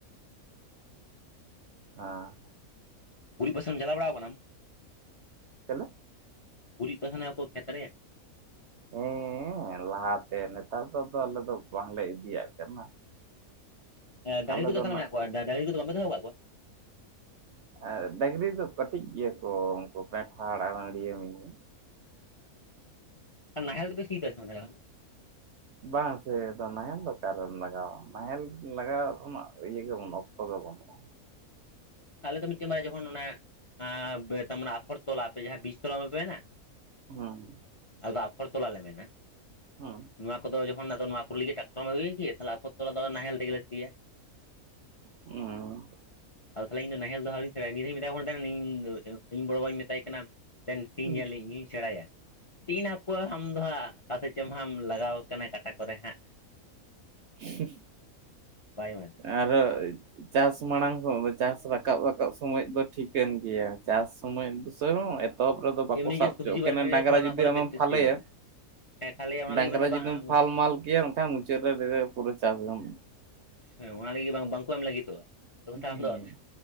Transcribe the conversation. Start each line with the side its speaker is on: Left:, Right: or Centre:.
Right: ᱦᱟᱸ
Left: ᱯᱩᱨᱤ ᱯᱟᱥᱮᱢ ᱪᱟᱞᱟᱣ ᱵᱟᱲᱟ ᱣᱟᱠᱟᱱᱟᱢ ᱟᱢ?
Right: ᱦᱮᱞᱳ᱿
Left: ᱜᱩᱨᱤᱡ ᱠᱚ ᱛᱟᱦᱮᱱᱟᱚ <unintelligible> ᱠᱷᱮᱛ ᱨᱮ,
Right: ᱦᱮᱸ ᱞᱟᱦᱟᱛᱮ ᱱᱮᱛᱟᱨ ᱫᱚ ᱟᱫᱚ ᱟᱞᱮ ᱫᱚ ᱵᱟᱝᱞᱮ ᱤᱫᱤᱭᱟᱜ ᱠᱟᱱᱟ᱾
Left: ᱮ ᱰᱟᱝᱨᱤ
Right: ᱟᱞᱮ
Left: ᱠᱚᱫᱚ
Right: ᱫᱚ
Left: ᱛᱱᱟᱜ
Right: ᱱᱟᱜ
Left: <unintelligible> ᱢᱮᱱᱟᱜ ᱠᱚᱣᱟ ᱰᱟᱝ-ᱰᱟᱝᱮ ᱠᱚᱫᱚ ᱵᱟᱞᱮ ᱫᱚᱦᱚ ᱟᱠᱟᱫ ᱠᱚᱣᱟ?
Right: ᱦᱮᱸ ᱰᱟᱹᱝᱨᱤ ᱫᱚ ᱠᱟᱹᱴᱤᱡ ᱜᱮᱭᱟ ᱠᱚ ᱩᱱᱠᱩ ᱯᱮᱱᱴᱷᱟᱲ ᱟᱨ ᱟᱹᱱᱰᱤᱭᱟᱹ ᱢᱤᱭᱟᱹ <unintelligible>
Left: ᱟᱨ ᱱᱟᱦᱮᱞ ᱫᱚ ᱯᱮ ᱥᱤᱭᱫᱟ ᱥᱮ ᱵᱟᱝ ᱛᱟᱦᱟᱞᱮ ᱠᱷᱚᱱ ᱫᱚ?
Right: ᱵᱟᱝ ᱥᱮ ᱟᱫᱚ ᱱᱟᱦᱮᱞ ᱫᱚ ᱚᱠᱟᱨᱮᱢ ᱞᱟᱜᱟᱣᱟ ᱱᱟᱦᱮᱞ ᱞᱟᱜᱟᱣ ᱤᱭᱟᱹ ᱜᱮ ᱵᱟᱹᱱᱩᱜᱼᱟ ᱚᱠᱛᱚ ᱜᱮ ᱵᱟᱹᱱᱩᱜᱼᱟ᱾
Left: ᱟᱞᱮ ᱫᱚ ᱢᱤᱫ ᱴᱮᱱ ᱢᱟᱨᱮ ᱡᱚᱠᱷᱚᱱ ᱚᱱᱮ᱾ ᱮᱸᱻ <unintelligible> ᱟᱯᱷᱚᱨ ᱛᱚᱞᱟ ᱟᱯᱮ ᱡᱟᱦᱟᱸ ᱵᱤᱥ ᱛᱚᱞᱟ ᱵᱟᱯᱮᱢᱮᱱᱟ
Right: ᱦᱮᱸ
Left: ᱟᱞᱮᱫᱚ ᱟᱯᱷᱚᱨ ᱛᱚᱞᱟ ᱞᱮ ᱢᱮᱱᱟ᱾
Right: ᱦᱮᱸ
Left: ᱱᱚᱶᱟ ᱠᱚᱫᱚ ᱡᱚᱠᱷᱚᱱ ᱟᱫᱚ ᱱᱚᱶᱟ ᱠᱚ ᱞᱟᱹᱜᱤᱫ ᱴᱟᱠᱴᱚᱨᱚᱮᱢ ᱟᱹᱜᱩᱭ ᱠᱤ, ᱛᱟᱦᱮ ᱟᱯᱚᱛ ᱛᱚᱞᱟ ᱫᱚ ᱱᱟᱦᱮᱞ ᱛᱮᱜᱮᱞᱮ ᱥᱤᱭᱟ᱾
Right: <inaudible> ᱦᱮᱸ
Left: ᱟᱫᱚ ᱛᱟᱦᱚᱞᱮ ᱤᱧ ᱱᱟᱦᱮᱞ ᱫᱚᱦᱟᱨᱤᱧ ᱥᱮᱬᱟᱭᱟ ᱱᱤᱭᱟ. ᱫᱷᱟᱣ ᱢᱮᱛᱟ ᱠᱚ ᱠᱟᱱ ᱛᱟᱦᱮᱱᱟ ᱤᱧ ᱵᱚᱲᱚ ᱵᱟᱵᱟᱧ ᱢᱮᱛᱟᱭ ᱠᱟᱱᱟ ᱫᱮᱱ ᱥᱤᱧ
Right: ᱦᱩᱸ
Left: ᱧᱮᱞᱟᱹᱧ ᱤᱧᱭᱤᱧ ᱥᱮᱬᱟᱭᱟ᱾ <unintelligible> ᱦᱟᱯᱚᱣᱟ ᱟᱢ ᱫᱚ ᱦᱟᱸᱜ ᱚᱠᱟᱥᱮᱫ ᱪᱚᱝ ᱦᱟᱸᱢ ᱞᱟᱜᱟᱣ ᱠᱟᱱᱟ ᱠᱟᱴᱟ ᱠᱚᱨᱮ ᱦᱟᱸᱜ᱾
Right: <unintelligible>
Left: ᱵᱟᱭ ᱮᱢᱟ ᱫᱤᱧᱟ
Right: ᱟᱨᱚ ᱪᱟᱥ ᱢᱟᱲᱟᱝ ᱦᱚᱸ ᱪᱟᱥ ᱨᱟᱠᱟᱵ ᱨᱟᱠᱟᱵ ᱥᱚᱢᱚᱭ ᱫᱚ ᱴᱷᱤᱠᱟᱹᱱ ᱜᱮᱭᱟ ᱪᱟᱥ ᱥᱚᱢᱚᱭ ᱵᱥᱚᱭ ᱦᱚᱸ ᱮᱛᱚᱵ ᱨᱮᱫᱚ ᱵᱟᱠᱚ
Left: ᱮᱢᱱᱤ
Right: ᱥᱟᱵ
Left: ᱡᱮ
Right: ᱦᱚᱪᱚᱣᱟᱜᱠᱮᱱ
Left: ᱥᱚᱵᱽᱡᱤ ᱵᱟᱲᱜᱮ ᱨᱮ
Right: ᱰᱟᱝᱨᱟ
Left: ᱛᱟᱦᱚᱞᱮ
Right: ᱡᱩᱫᱤ
Left: ᱚᱱᱟ ᱠᱚᱨᱮ
Right: ᱟᱢᱮᱢ
Left: ᱯᱮᱠᱴᱤᱥ
Right: ᱯᱷᱷᱟᱞᱮᱭᱟ,
Left: ᱦᱩᱭᱩᱜᱼᱟ ᱦᱮᱸ ᱠᱷᱟᱹᱞᱤ ᱚᱱᱟ
Right: ᱰᱟᱝᱨᱟ
Left: ᱞᱟᱹᱜᱤᱫ ᱢᱮᱱᱫᱚ
Right: ᱡᱩᱫᱤᱢ
Left: ᱵᱟᱝ ᱦᱮᱸ
Right: ᱯᱷᱟᱞ ᱢᱟᱞ ᱠᱮᱭᱟ ᱮᱠᱷᱟᱱ ᱢᱩᱪᱟᱹᱫ ᱨᱮ ᱯᱩᱨᱟᱹ ᱪᱟᱥᱜᱮᱢ
Left: ᱦᱮᱸ ᱚᱱᱟ ᱞᱟᱹᱜᱤᱫ ᱵᱟᱝ ᱵᱟᱝᱠᱚ ᱮᱢ ᱞᱟᱹᱜᱤᱫᱚᱜᱼᱟ᱾ ᱛᱚᱠᱟᱛᱷᱟ
Right: ᱦᱩᱸ
Left: ᱟᱢ ᱫᱚ